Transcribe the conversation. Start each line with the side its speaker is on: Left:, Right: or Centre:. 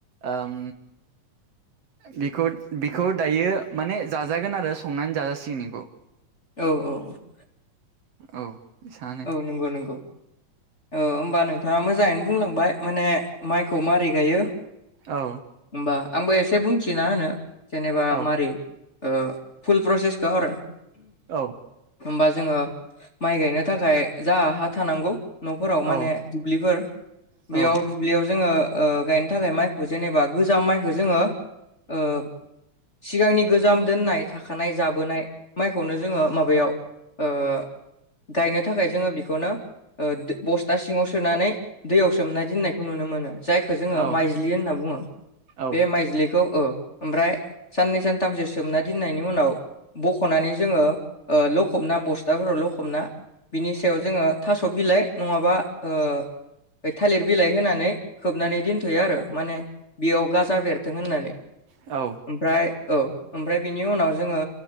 Right: ओम बिखौ बिखौ दायो माने जाजागोन आरो संनानै जाजासिगोन इखौ।
Left: औ औ औ।
Right: औ इसान।
Left: औ नंगौ नंगौ। ओ होमबा नोंथाङा मोजाङैनो बुंलांबाय माने माइखौ मारै गायो।
Right: औ।
Left: होमबा आंबो एसे बुंथिना होनो जेनेबा
Right: औ
Left: मारै ओ फुल प्रसेसखौ आरो।
Right: औ।
Left: होमबा जोङो माइ गायनो थाखाय जा हा थानांगौ न'फोराव माने
Right: औ
Left: दुब्लिफोर
Right: औ
Left: बेयाव दुब्लियाव जोङो ओ गायनो थाखाय माइखौ जेनेबा गोजाम माइखौ जोङो ओ सिगांनि गोजाम दोननाय थाखानाय जाबोनाय माइ खौनो जोङो माबायाव ओ गायनो थाखाय जोङो बेखौनो ओ दो बस्था सिङाव सोनानै दैयाव सोमनाय दोननायखौ नुनो मोनो। जायखौ जोङो
Right: औ
Left: माइज्लि होनना बुङो।
Right: औ
Left: बे माइजलिखौ औ ओमफ्राय साननै सानथामसो सोमना दोननायनि उनाव बख'नानै जोङो ओ लखबना बस्थाफोराव लखबना बिनि सायाव जोङो थास' बिलाइ नङाबा ओ थालिर बिलाइ होनानै खोबनानै दोनथ'यो आरो माने बेयाव गाजा बेरथों होननानै
Right: औ
Left: ओमफ्राय औ ओमफ्राय बिनि उनाव जोङो